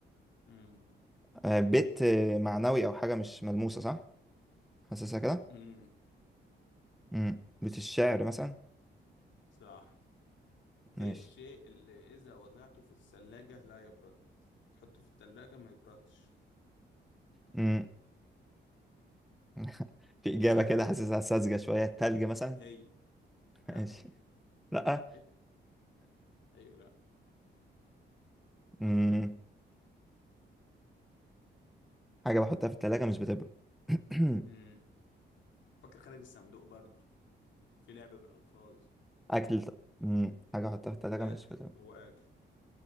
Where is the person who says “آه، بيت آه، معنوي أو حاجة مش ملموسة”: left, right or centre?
Centre